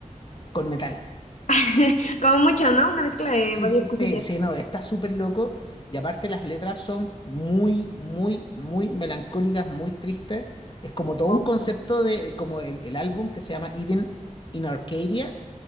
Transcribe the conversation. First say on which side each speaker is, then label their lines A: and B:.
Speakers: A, on the left; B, on the left.
A: con metal.
B: <laughs> Como mucho, ¿no? Una mezcla
A: Sí,
B: de varias
A: sí, sí,
B: cosillas.
A: sí, no, está súper loco. Y aparte las letras son muy, muy, muy melancólicas, muy tristes. Es como todo
B: Ok.
A: un concepto de, como el, el álbum que se llama Even in Arcadia.